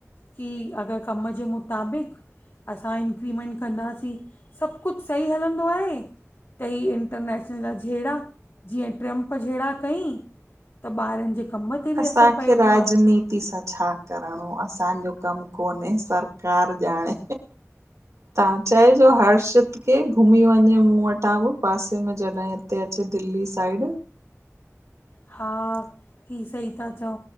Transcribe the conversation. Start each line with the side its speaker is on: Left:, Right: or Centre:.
Left: की अगर कम जे मुताबिक़ असां इंक्रीमेंट कंदासीं सब कुछ सही हलंदो आहे। त ही इंटरनेशनल जा जेड़ा जीअं ट्रम्प जेड़ा कईं त ॿारनि जे कम ते बि
Right: असांखे
Left: असरु पियो
Right: राजनीति
Left: अथव
Right: सां छा करणो असांजो कम कोने सरकार ॼाणे। तां चइजो हर्षित के घुमी वञे मूं वटां बि पासे में जॾह हिते अचे दिल्ली साइड।
Left: हा ही सही था चओ